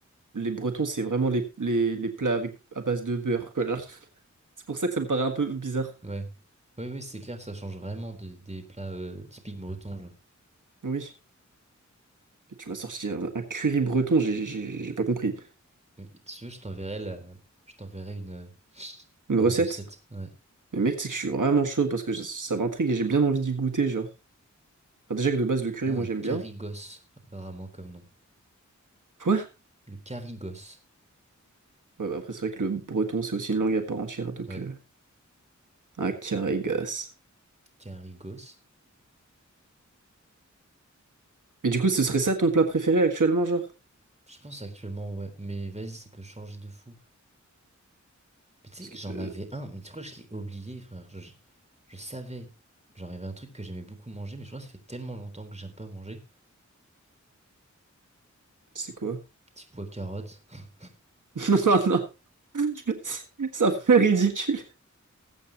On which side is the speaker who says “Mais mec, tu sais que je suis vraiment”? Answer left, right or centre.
Right